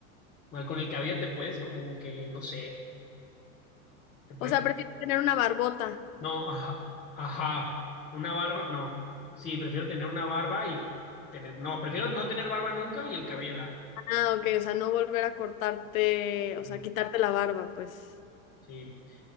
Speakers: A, on the left; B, on the left.
A: Mal, Con el cabello te puedes como que, no sé, te puedes
B: O sea, prefieres tener una barbota.
A: No, ajá, ajá, una barba, no. Sí, prefiero tener una barba y tener, no, prefiero no tener barba nunca y el cabello largo.
B: Ah, ok, o sea, no volver a cortarte, o
A: Mm.
B: sea, quitarte la barba, pues.
A: Sí,